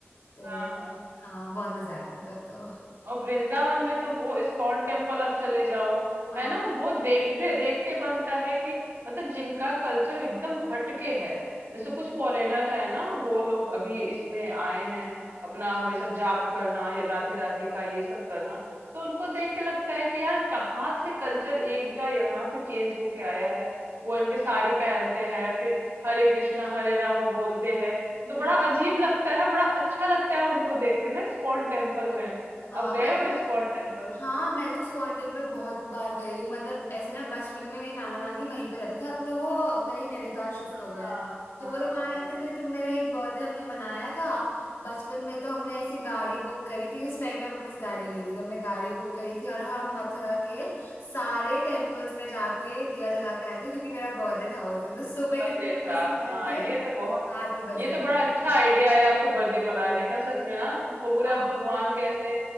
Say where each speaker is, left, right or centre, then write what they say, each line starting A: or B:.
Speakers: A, on the left (about 75°); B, on the right (about 70°).
A: तो
B: हाँ, हाँ।
A: हाँ बहुत मजा आए थे तब तो
B: और वृंदावन में तो वो इस्कॉन टेम्पल आप चले जाओ
A: हाँ
B: है ना वो देखने देखते बनता है कि मतलब जिनका कल्चर एकदम हटके है जैसे
A: हम्म,
B: कुछ फॉरेनर है ना वो लोग अभी इसमें आए हैं अपना हमेशा जाप करना या राधे राधे का ये सब करना तो उनको देख के लगता है कि यार कहाँ से कल्चर ये इनका यहाँ फिर चेंज होके आया है वो इनके साड़ी पहनते हैं फिर हरे कृष्णा हरे रामा बोलते हैं
A: हम्म,
B: तो बड़ा अजीब लगता है बड़ा अच्छा लगता है उनको देख के ना इस्कॉन टेम्पल
A: हाँ
B: में
A: हाँ,
B: अब गए
A: मतलब
B: हो इस्कॉन टेम्पल
A: हाँ मैं तो इस्कॉन टेम्पल बहुत बार गई हूँ मतलब ऐसे ना बचपन में मेरे नाना नानी वहीं पर रहते थे अब तो वो वही नैनीताल शिफ्ट
B: हाँ
A: हो गए तो
B: हाँ
A: वो लोग वहां रहते
B: हाँ
A: थे तो मेरा एक बर्थडे हमने मनाया था बचपन में तो हमने ऐसी गाड़ी बुक करी थी उस टाइम पे मेरे पास गाड़ी नहीं थी तो हमने गाड़ी बुक करी थी और हम मथुरा के सारे टेम्पल्स में जाके दिया जला के आए थे क्योंकि मेरा बर्थडे था उस दिन तो सुबह
B: बर्थडे
A: के टाइम
B: था
A: से गए
B: हाँ
A: थे
B: ये तो बहुत
A: रात के दस
B: ये
A: बजे
B: तो
A: तक।
B: बड़ा अच्छा आइडिया है आपके बर्थडे मनाने का सच में ना तो पूरे
A: हाँ
B: आप भगवान के ऐसे